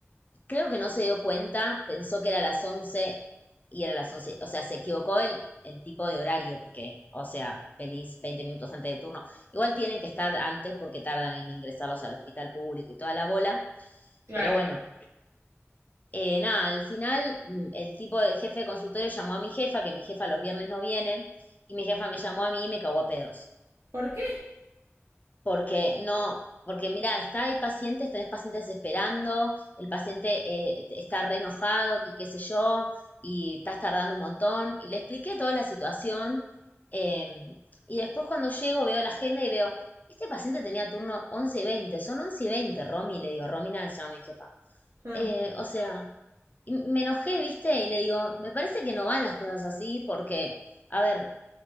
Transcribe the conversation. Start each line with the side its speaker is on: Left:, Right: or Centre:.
Left: Creo que no se dio cuenta, pensó que era las 11 y era las once, O sea, se equivocó el, el tipo de horario, porque, o sea, venís 20 minutos antes de turno. Igual tienen que estar antes porque tardan en ingresarlos al hospital público y toda la bola.
Right: Claro.
Left: Pero bueno, eh, nada, al final mm, el tipo de jefe de consultorio llamó a mi jefa, que mi jefa los viernes no viene, y mi jefa me llamó a mí y me cagó a pedos.
Right: ¿Por qué?
Left: porque no, porque mira, está, hay pacientes, tenés pacientes esperando, el paciente eh, está re enojado, que qué sé yo, y estás tardando un montón, y le expliqué toda la situación, eh, y después cuando llego veo la agenda y veo, este paciente tenía turno once y veinte son 11 y 20, Romy, le digo, Romina se llama mi jefa.
Right: Ah,
Left: Eh, o sea, y me enojé, viste, y le digo, me parece que no van las cosas así porque, a ver,